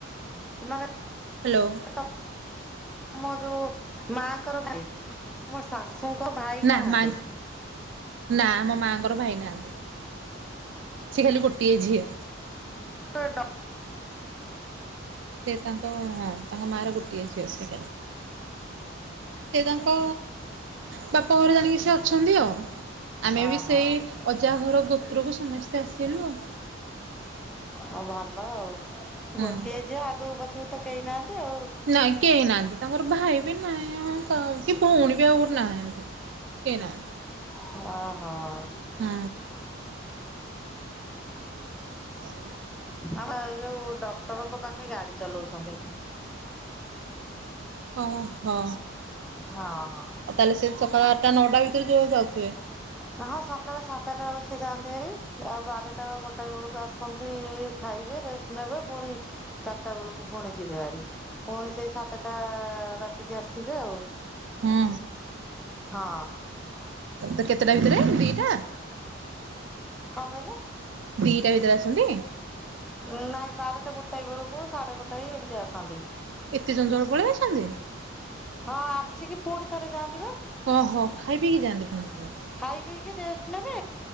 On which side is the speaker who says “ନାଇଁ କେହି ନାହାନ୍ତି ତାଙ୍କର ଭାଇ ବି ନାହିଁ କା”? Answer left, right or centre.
Right